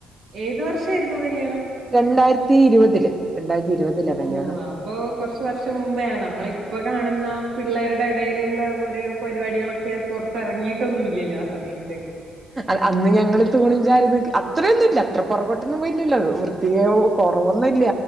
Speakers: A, on the right; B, on the right.
A: ഏത് വർഷായിരുന്നു കല്യാണം
B: രണ്ടായിരത്തി ഇരുപതില് രണ്ടായിരത്തി ഇരുപതിലാ കല്യാണം
A: ഓ അപ്പൊ കൊറച്ച് വർഷം മുമ്പേയാണ് നമ്മളെ ഇപ്പൊ കാണുന്ന പിള്ളേരുടെ ഇടയിലുള്ള ഓരോ പരിപാടികളൊക്കെ പുറത്തിറങ്ങിയിട്ടൊന്നും ഇല്ലല്ലോ ആ സമയത്ത്
B: അ അന്ന് ഞങ്ങള് തൂണും ചാരി നിക്ക അത്രയൊന്നും ഇല്ല അത്ര പുറകോട്ടൊന്നും പോയിട്ടില്ലല്ലോ അത്. വൃത്തി കുറവൊന്നില്ല.